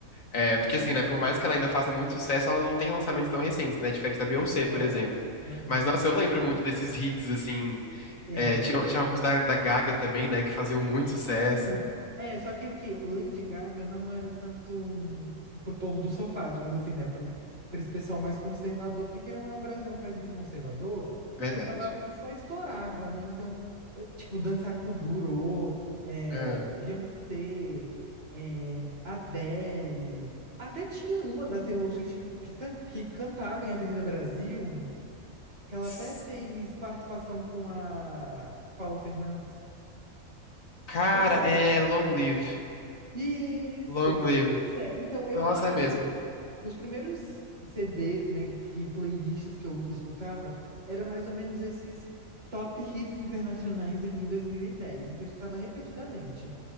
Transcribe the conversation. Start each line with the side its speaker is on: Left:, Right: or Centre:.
Left: É, porque
Right: Isso.
Left: assim, né? Por mais que ela ainda faça muito sucesso, ela não tem lançamentos tão recentes, né? Diferente da Beyoncé,
Right: É.
Left: por exemplo.
Right: Aham.
Left: Mas, nossa, eu lembro muito desses hits, assim.
Right: É.
Left: É, tinha, tinha alguns da, da Gaga também, né? Que faziam muito sucesso.
Right: Sim. É, só que aqui, Lady Gaga não era tanto hum, pro povo do sofá, digamos assim, né? Pro, pra esse pessoal mais conservador, porque querendo ou não, o Brasil é um país muito conservador,
Left: Verdade.
Right: e acabava que só estourava, né? Então, eu, tipo, Dança com Durô, é,
Left: Ah.
Right: Beyoncé, é, Adele, até tinha uma da Taylor Swift que, que, tan- que cantava em Avenida Brasil, que ela
Left: S-
Right: até fez participação com a Paula Fernandes.
Left: Cara,
Right: Não sei se você
Left: é Long Live.
Right: Isso.
Left: Long Live.
Right: Pois é, então eu
Left: Nossa,
Right: acho
Left: é mesmo.
Right: que os primeiros CDs, né, que playlists que eu escutava, era mais ou menos esses top hits internacionais ali em 2010. Então eu escutava repetidamente.